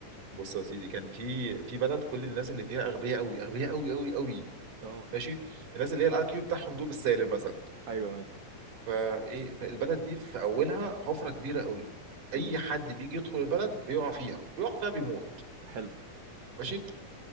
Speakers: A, on the right (about 80°); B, on the right (about 60°).
A: بص يا سيدي كان في في بلد كل الناس اللي فيها أغبياء أوي أغبياء أوي أوي أوي
B: اه
A: ماشي الناس اللي هي الاي كيو بتاعهم دول بالسالب مثلا
B: ايوه ماشي
A: فايه فالبلد دي في اولها حفره كبيره قوي اي
B: امم
A: حد بيجي يدخل البلد بيقع فيها بيقع فيها بيموت
B: حلو
A: ماشي